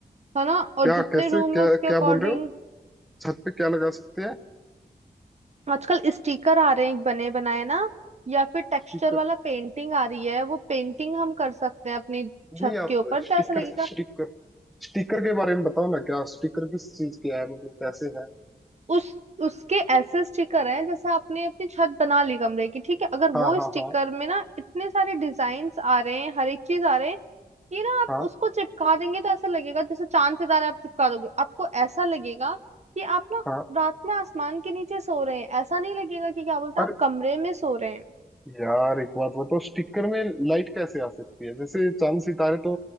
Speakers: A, on the right; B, in the centre.
A: है ना और
B: क्या
A: जितने
B: कैसे
A: रूम
B: क्या
A: में उसके अकॉर्डिंग
B: क्या बोल रहे हो छत पे क्या लगा सकते हैं
A: आजकल स्टिकर आ रहे हैं बने बनाए ना या फिर टेक्सचर
B: स्टिकर
A: वाला पेंटिंग आ रही है वो पेंटिंग हम कर सकते हैं अपनी छत
B: नहीं आप
A: के ऊपर
B: स्टिकर
A: तो ऐसा लगेगा
B: स्टिकर स्टिकर के बारे में बताओ ना क्या स्टिकर किस चीज के है मतलब कैसे है
A: उस उसके ऐसे स्टिकर हैं जैसे आपने अपनी छत बना ली कमरे की ठीक है अगर
B: हाँ
A: वो
B: हाँ
A: स्टिकर
B: हाँ
A: में ना इतने सारे डिजाइन्स आ रहे हैं हर एक चीज आ रहे हैं कि ना आप
B: हाँ
A: उसको चिपका देंगे तो ऐसा लगेगा जैसे चांद सितारे आप चिपका दोगे आपको ऐसा लगेगा कि आप ना
B: हाँ
A: रात में आसमान के नीचे सो रहे हैं ऐसा नहीं लगेगा कि क्या बोलते
B: अरे
A: हैं आप कमरे में सो रहे हैं
B: यार एक बात बताओ स्टिकर में लाइट कैसे आ सकती है जैसे चांद सितारे तो